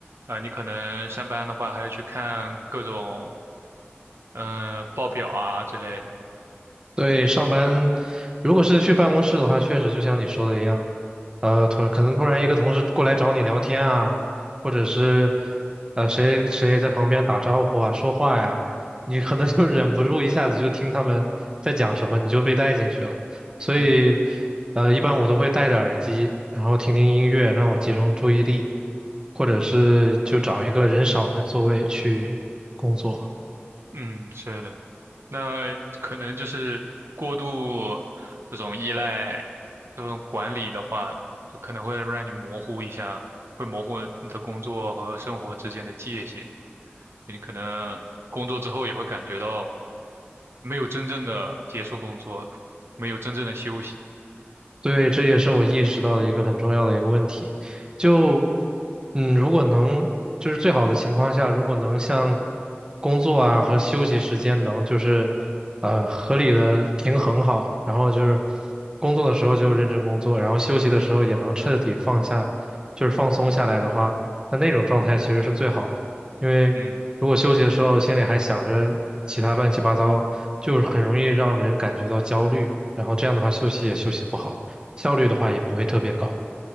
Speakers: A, on the right (about 70°); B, on the right (about 20°).
A: 啊、呃你可能上班的话还要去看各种嗯、呃报表啊之类的，
B: 对，上班如果是去办公室的话，确实就像你说的一样，呃，突然可能突然一个同事过来找你聊天啊，或者是呃谁谁在旁边打招呼啊、说话呀，你可能就忍不住一下子就听他们在讲什么，你就被带进去了。所以
A: 嗯
B: 呃，一般我都会戴着耳机，然后听听音乐，让我集中注意力，或者是就找一个人少的座位去工作。
A: 嗯，是的。那可能就是过度这种依赖这种管理的话，就可能会让你模糊一下，会模糊你的工作和生活之间的界限。就你可能工作之后也会感觉到没有真正的结束工作，没有真正的休息。
B: 对，这也是我意识到的一个很重要的一个问题。就，嗯，如果能，就是最好的情况下，如果能像工作啊和休息时间能就是，呃，合理的平衡好，然后就是工作的时候就认真工作，然后休息的时候也能彻底放下，就是放松下来的话，那那种状态其实是最好的。因为如果休息的时候心里还想着其他乱七八糟，
A: 嗯
B: 就是很容易让人感觉到焦虑，然后这样的话休息也休息不好。效率的话也不会特别高。